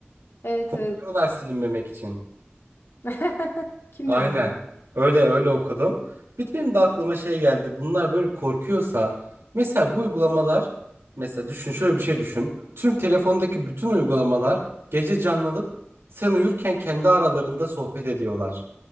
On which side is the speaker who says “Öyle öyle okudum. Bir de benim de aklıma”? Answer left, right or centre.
Right